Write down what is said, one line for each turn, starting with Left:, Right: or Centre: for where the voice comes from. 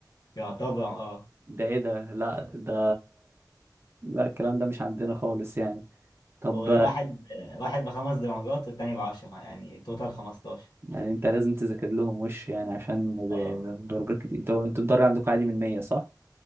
Left: <laughs> يعتبر اه
Right: ده ايه ده لا ده لا الكلام ده مش عندنا خالص يعني طب
Left: وواحد واحد بخمس درجات والتاني بعشرة يعني توتال 15
Right: يعني انت لازم تذاكر لهم وش يعني عشان ب-
Left: اه
Right: درجات كتير انتوا انتوا الدرجة عندكم عادي من 100 صح؟